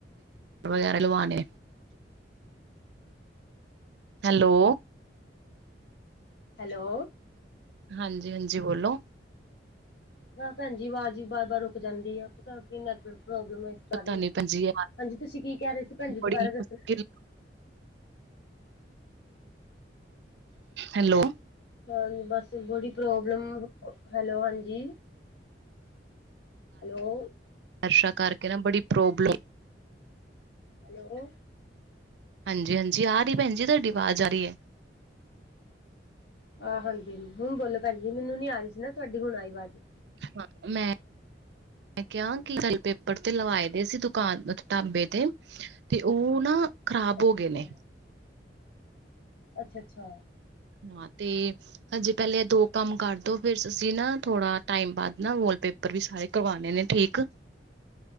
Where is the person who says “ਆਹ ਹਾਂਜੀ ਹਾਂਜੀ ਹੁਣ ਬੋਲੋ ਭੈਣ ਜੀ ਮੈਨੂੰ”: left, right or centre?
Left